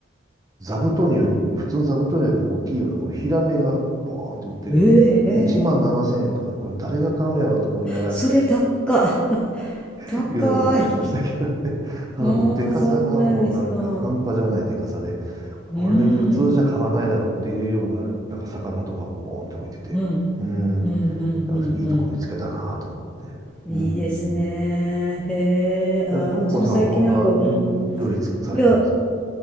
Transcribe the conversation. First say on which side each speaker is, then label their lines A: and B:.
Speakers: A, on the right; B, in the centre.
A: 座布団より、普通の座布団よりも大きいような、このヒラメがボーンって売ってるような、
B: い。
A: 1万7000円とかで、
B: ええ
A: これ誰が買うんやろうと思いながら
B: それ高っ。<laughs>
A: <laughs>
B: 高い。
A: いうのがありましたけどね。ただもう、
B: ああ、
A: でかさがもうなんか半端じゃないでかさで、
B: そうなんですか。うん。
A: あれ普通じゃ買わないだろうっていうような、なんか魚とかもボーンって置いてて、
B: うん。
A: うん、
B: うん。
A: だ
B: うん。うん。う
A: からいいとこ見つけたなと思って。
B: んいいですね。
A: うん。
B: へえ。
A: でともこさんはどんな、
B: ああ、私も最近なんか、うん。
A: うん、料理つされるんですか
B: いや、